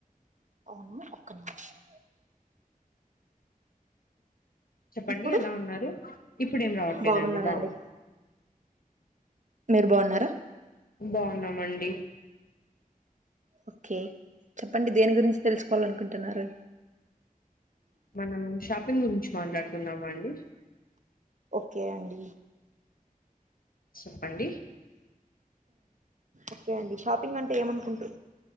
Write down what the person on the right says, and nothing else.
అవునా ఒక్క నిమిషం
ఇప్పుడు
బాగున్నానండి
మీరు బాన్నారా
ఓకే చెప్ ప్పండి దేని గురించి తెలుసుకోవాలనుకుంటున్నారు
కే అండి
ఓకే అండి షాపింగ్ అంటే ఏమనుకుంటూ